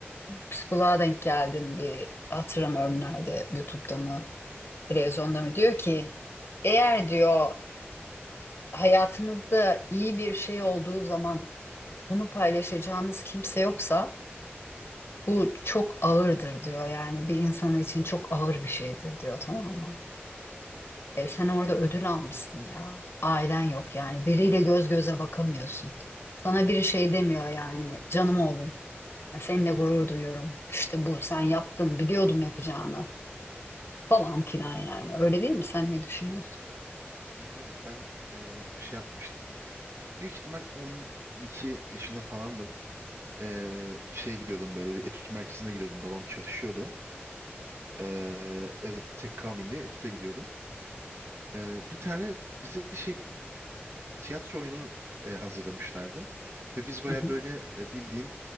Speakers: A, on the left; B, on the right.
A: psikoloğa denk geldim bir hatırlamıyorum nerede, YouTube'da mı, televizyonda mı diyor ki eğer diyor hayatınızda iyi bir şey olduğu zaman bunu paylaşacağınız kimse yoksa bu çok ağırdır diyor. Yani bir insan için çok ağır bir şeydir diyor tamam mı? E sen orada ödül almışsın ya. Ailen yok yani. Biriyle göz göze bakamıyorsun. Sana bir şey demiyor yani. Canım oğlum. Seninle gurur duyuyorum. İşte bu sen yaptın. Biliyordum yapacağını. Falan filan yani. Öyle değil mi? Sen ne düşünüyorsun?
B: Öyle öyle. Ben eee, bir şey yapmıştım. Büyük ihtimal 12 yaşında falandım. Eee şeye gidiyordum böyle bir etüt merkezine gidiyordum. Babam çalışıyordu. Eee, evde tek kalmayayım diye etüte gidiyordum. Eee, bir tane bize şey tiyatro oyunu eee, hazırlamışlardı. Ve biz baya
A: Hı hı.
B: böyle e, bildiğin